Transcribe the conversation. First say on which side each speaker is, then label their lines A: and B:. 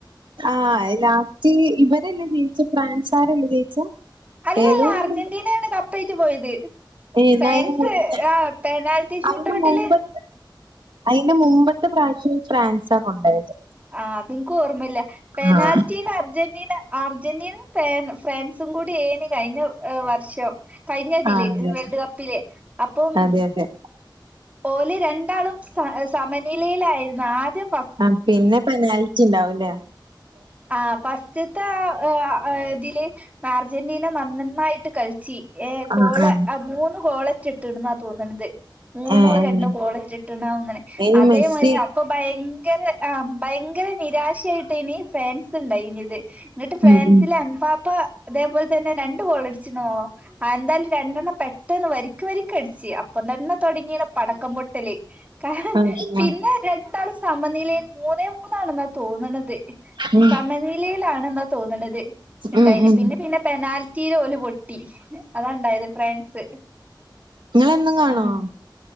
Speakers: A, on the right; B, on the right.
A: ആഹ് ലാസ്റ്റ് ഇവരെല്ലേ ജയിച്ചെ ഫ്രാൻസാരല്ല ജയിച്ചെ
B: അല്ലല്ല
A: ഏതോ ഒരു
B: അർജന്റീനയാണ് കപ്പയിറ്റ് പോയത്
A: എന്നാ
B: പേൻസ്
A: അയിന് മുന്നേ
B: ആ പെനാൾട്ടി ശൂട്ടൗട്ടില്
A: അയിന് മുമ്പത്തെ അയിന്റെ മുമ്പത്തെ പ്രാവശ്യം ഫ്രാൻസാ കൊണ്ടോയത്
B: ആഹ അത് ൻക്ക് ഓർമ്മല്ല പെനാൽറ്റീലർജന്റീന
A: ആഹ്
B: അർജന്റീനിം ഫാൻ ഫ്രാൻസും കൂടി ഏനി കഴിഞ്ഞ വർഷം കഴിഞ്ഞതില്
A: ആഹ് അതെ
B: വേൾഡ് കപ്പില് അപ്പം
A: അതെ അതെ
B: ഓല് രണ്ടാളും സസമനിലയിലായിരുന്നു ആദ്യം ഫ
A: ആഹ് പിന്നെ പെനാൽറ്റി ഉണ്ടാവൂല്ലേ
B: അ ഫസ്റ്റ്ത്തെ ആ ഇതില് അർജന്റീന നന്നായിട്ട് കളിച്ചി ഏഹ്
A: ആഹ്
B: ഗോള്
A: ആഹ്
B: ആ മൂന്ന് ഗോളറ്റ ഇട്ട്ണ്ന്നാ തോന്നണത് മൂന്നോ
A: ഏഹ് ഏഹ്
B: രണ്ടോ ഗോളറ്റെ ഇട്ട്ണാ തോന്ന്ണ്.
A: ഇനി
B: അതേമാരി
A: മെസ്സി
B: അപ്പൊ ഭയങ്കര ആഹ് ഭയങ്കര നിരാശായിട്ടേനി ഫ്രാൻസ് ണ്ടായിനത് ന്നിട്ട് ഫ്രാൻസിലെ
A: ഉം ഉം
B: എംബാപ്പ ഇതേപോൽ തന്നെ രണ്ടു ഗോളട്ച്ച്ണോ ആ എന്താലും രണ്ടെണ്ണം പെട്ടന്ന് വരിക്ക് വരിക്കടിച്ച് അപ്പംതന്നെ തൊടങ്ങിണ് പടക്കം പൊട്ടല് കാ
A: ആഹ്
B: പിന്നെ
A: ആഹ്
B: രണ്ടാള് സമനിലെ മൂന്നേ മൂന്നാണ്ന്നാ തോന്നണത്
A: ഉം
B: സമനിലയിലാണ്ന്നാ തോന്നണത്. ഇണ്ടായിന്
A: ഉം ഉം
B: പിന്നെ പിന്നെ പെനാൽറ്റിയില് ഓല് പൊട്ടി അതാ ഇണ്ടായത് ഫ്രാൻസ്.
A: ഇങ്ങളെന്നും കാണോ
B: ഉം